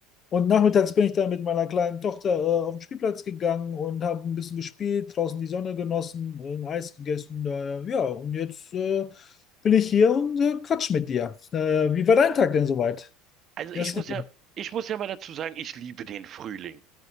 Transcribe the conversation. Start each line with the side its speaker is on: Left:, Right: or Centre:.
Left: Und nachmittags bin ich dann mit meiner kleinen Tochter äh, auf den Spielplatz gegangen und habe ein bisschen gespielt, draußen die Sonne genossen, ein Eis gegessen. Daher, ja, und jetzt äh, bin ich hier und äh, quatsch mit dir. Äh, wie war dein Tag denn soweit?
Right: Also ich
Left: Jasmin.
Right: muss ja, ich muss ja mal dazu sagen, ich liebe den Frühling.